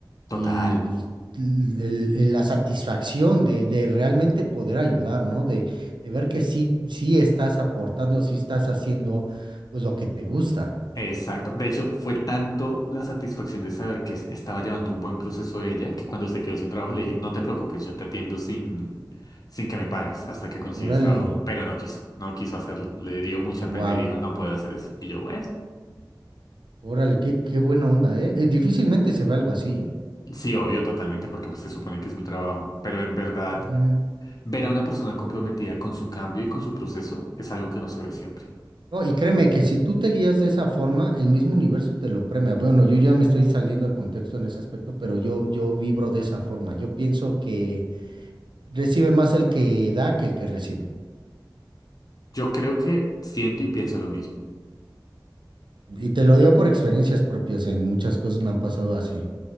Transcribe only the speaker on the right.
Y pues, el- el- la satisfacción de, de realmente poder ayudar, ¿no? De, de ver que sí, sí estás aportando, sí estás haciendo pues lo que te gusta.
Ujú.
Órale,
wow,
órale, qué, qué buena onda, ¿eh? Eh, Difícilmente se ve algo así, ¿eh?
Ujú.
No, y créeme que si tú te guías de esa forma, el mismo universo te lo premia. Bueno, yo ya me estoy saliendo de contexto en ese aspecto, pero yo, yo vibro de esa forma. Yo pienso que recibe más el que da que el que recibe.
Y te lo digo por experiencias propias, en muchas cosas me han pasado así.